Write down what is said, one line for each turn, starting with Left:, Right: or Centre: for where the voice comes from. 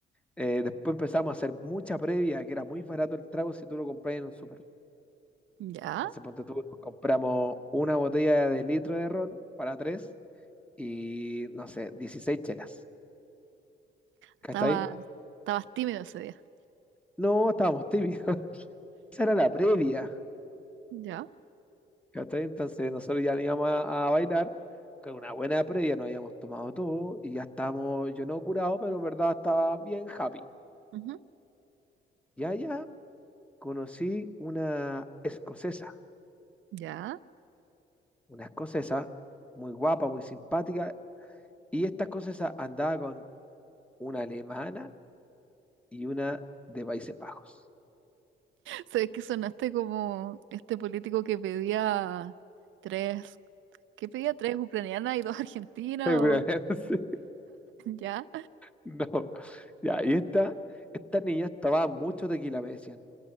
Centre: eh, después empezamos a hacer mucha previa, que era muy barato el trago si tú lo compras en un súper.
Right: Ya,
Centre: Entonces, ponte tú, nos compramos una botella de litro de ron para tres y no sé, 16 chelas, ¿cachai?
Right: estaba, estabas tímido ese día.
Centre: No, estábamos tímidos. <laughs> Esa era la previa,
Right: Ya.
Centre: ¿cachai? Entonces nosotros ya no íbamos a, a bailar, con una buena previa nos habíamos tomado todo y ya estábamos, yo no curado, pero en verdad estaba bien happy.
Right: Ujú,
Centre: Y allá conocí una escocesa,
Right: Ya.
Centre: una escocesa muy guapa, muy simpática, y esta escocesa andaba con una alemana y una de Países Bajos.
Right: Sabes que sonaste como este político que pedía tres, que pedía tres ucranianas y dos argentinas
Centre: <laughs> Seguramente.
Right: o
Centre: sí.
Right: <laughs> ya.
Centre: No, ya, y esta, Estas niñas tomaban mucho tequila, me decían.